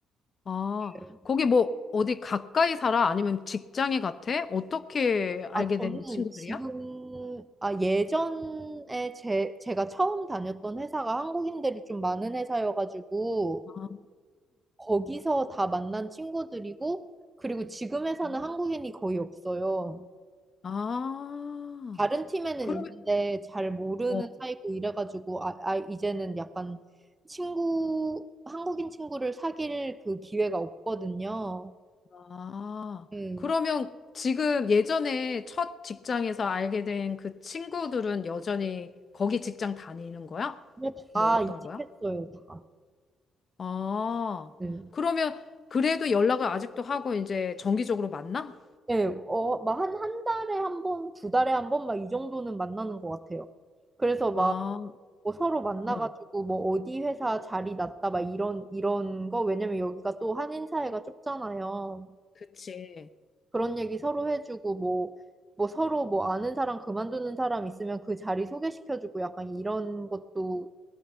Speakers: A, on the left; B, on the right.
A: 아,
B: 네.
A: 거기 뭐 어디 가까이 살아? 아니면 직장에 같아? 어떻게 알게
B: 아, 저는
A: 된 친구들이야?
B: 지금, 아, 예전에 제, 제가 처음 다녔던 회사가 한국인들이 좀 많은 회사여가지고,
A: 아,
B: 거기서 다 만난 친구들이고, 그리고 지금 회사는
A: 어?
B: 한국인이 거의 없어요.
A: 아.
B: 다른 팀에는
A: 그러면,
B: 있는데 잘 모르는
A: 어,
B: 사이고 이래가지고 아, 아 이제는 약간 친구 한국인 친구를 사귈 그 기회가 없거든요.
A: 아.
B: 음.
A: 그러면 지금 예전에 첫 직장에서 알게 된 그 친구들은 여전히 거기 직장 다니는 거야?
B: 근데
A: 뭐
B: 다
A: 어떤
B: 이직했어요,
A: 거야?
B: 다.
A: 아.
B: 네.
A: 그러면 그래도 연락을 아직도 하고 이제 정기적으로 만나?
B: 예, 어, 막 한, 한 달에 한 번, 두 달에 한 번, 막 이 정도는 만나는 것 같아요. 그래서 막,
A: 아,
B: 뭐 서로 만나가지고,
A: 응.
B: 뭐, 어디 회사 자리 났다, 막 이런, 이런 거, 왜냐면 여기가 또 한인 사회가 좁잖아요.
A: 그치.
B: 그런 얘기 서로 해주고 뭐, 뭐 서로 뭐 아는 사람 그만두는 사람 있으면 그 자리 소개시켜주고 약간 이런 것도